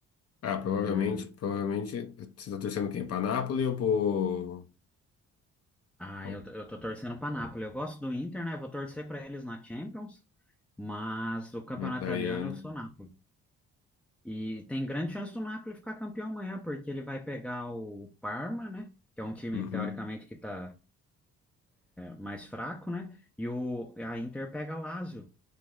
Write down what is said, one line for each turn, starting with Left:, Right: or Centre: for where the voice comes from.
Left: Ah, provavelmente,
Centre: É,
Left: provavelmente, você tá torcendo quem? Pra Napoli ou pro,
Centre: Ah,
Left: pro
Centre: eu, tô- eu tô torcendo pra Napoli. Eu gosto do Inter, né? Vou torcer pra eles na Champions, mas o campeonato
Left: italiano?
Centre: italiano eu sou Napoli. E tem grande chance do Napoli ficar campeão amanhã, porque ele vai pegar o Parma, né? Que é um time,
Left: Uhum.
Centre: teoricamente, que tá mais fraco, né? E o, a Inter pega a Lazio.